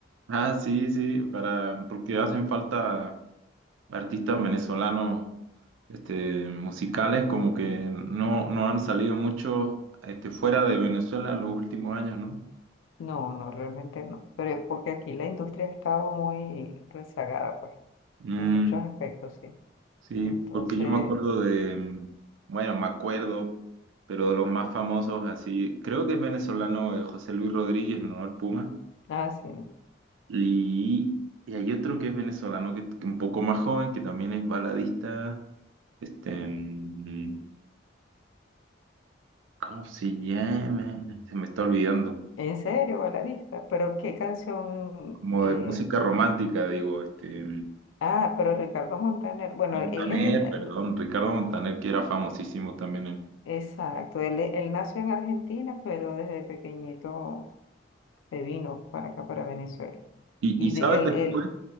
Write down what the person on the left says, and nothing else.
No, no, realmente no. Pero porque aquí la industria ha estado muy rezagada, pues,
en muchos aspectos, sí.
Entonces,
ah, sí.
En serio, baladista. Pero qué canción.
eh,
Ah, pero Ricardo Montaner. Bueno,
él es.
n-
Exacto, él, es- él nació en Argentina, pero desde pequeñito se vino para acá, para Venezuela.
Y
de él,
él.